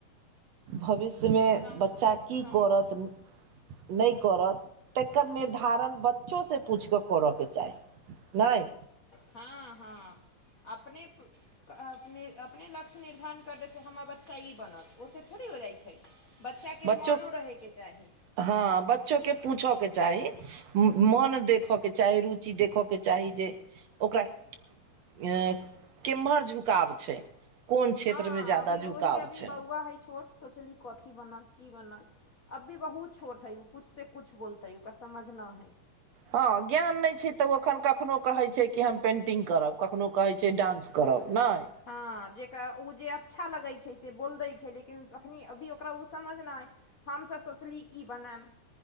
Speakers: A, on the right; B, on the left.
A: भविष्यमे
B: सम
A: बच्चा की
B: सम
A: करत नहि करत तकर निर्धारण बच्चोसँ पूछि कऽ करयके चाही नहि
B: हँ हँ अपने अप अपने लक्ष्य निर्धारण कर देैत हमर बच्चा ई बनत ओहिसँ थोड़े हो जाइत छै बच्चाके
A: बच्चो
B: मोनो रहैके चाही
A: हँ बच्चो के पूछऽ के चाही मन देखयके चाही रुचि देखयके चाही जे ओकरा अ केमहर झुकाव छै कोन क्षेत्र
B: हँ
A: मे जादा
B: अभी उहे
A: झुकाव
B: अभी
A: छै
B: बौआ हइ छोट सोचली कथी बनत की बनत अभ्भी बहुत छोट हइ ओ कुछ से कुछ बोलते है ओकरा समझ न है
A: हँ ज्ञान नहि छै तऽ ओ एखन कखनो कहै छै कि हम पेन्टिंग करब कखननो कहैत छै डांस करब नहि
B: हँ जकरा ओ जे अच्छा लगै छै से बोलि दै छै लेकिन तखनि अभी ओकरा ओ समझनाइ हमसभ सोचली ई बनायब